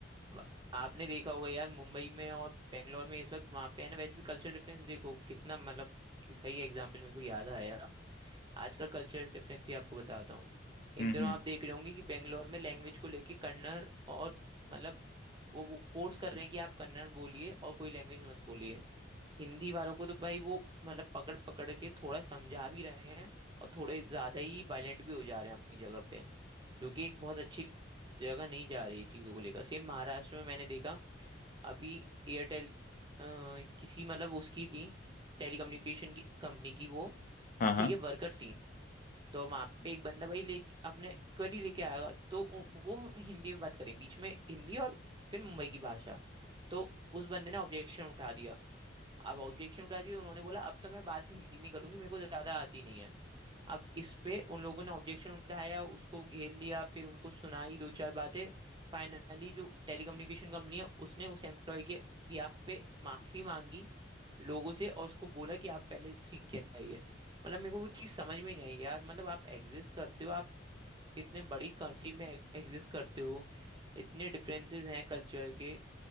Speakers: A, on the right; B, on the left.
A: व- आपने देखा होगा यार मुंबई में और बेंगलोर में इस वक्त वहां पे है ना वैसे भी कल्चर डिफरेंस देखो कितना मतलब सही एग्जाम्पल मेरे को याद आया आजकल कल्चर डिफरेंस ही आपको बताता हूँ इन
B: हम्म
A: दिनों
B: हम्म
A: आप देख रहे होंगे कि बेंगलोर में लैंग्वेज को लेके कन्नड़ और मतलब वो फोर्स कर रहे हैं कि आप कन्नड़ बोलिए और कोई लैंग्वेज मत बोलिए हिंदी वालों को तो भाई वो मतलब पकड़ पकड़ के थोड़ा समझा भी रहे हैं और थोड़े ज्यादा ही वायलेंट भी हो जा रहे हैं अपनी जगह पे जो कि एक बहुत अच्छी जगह नहीं जा रही चीज़ों को लेकर सेम महाराष्ट्र में मैंने देखा अभी एयरटेल किसी मतलब उसकी थी टेलीकम्युनिकेशन की कंपनी की वो
B: हाँ हाँ
A: ठीक है वर्कर थी तो वहां पे एक बंदा भाई लेके अपने करी लेके आएगा तो उ- वो हिंदी में बात करें बीच में हिंदी और फिर मुंबई की भाषा तो उस बंदे ने ऑब्जेक्शन उठा दिया अब ऑब्जेक्शन उठा दिया तो उन्होंने बोला अब तो मैं बात हिंदी में ही करूंगी मेरे को ज्यादा आती नहीं है अब इस पे उन लोगों ने ऑब्जेक्शन उठाया उसको घेर लिया फिर उनको सुनाई दो चार बातें फाइनली जो टेलीकम्युनिकेशन कंपनी है उसने उस एम्प्लॉय के बिहाफ पे माफी मांगी लोगों से और उसको बोला कि आप पहले सीख के आइए मतलब मेरे को वो चीज़ समझ में नहीं आई यार मतलब आप एग्जिस्ट करते हो आप इतने बड़ी कंट्री में एग्जिस्ट करते हो इतने डिफरेंसेस हैं कल्चर के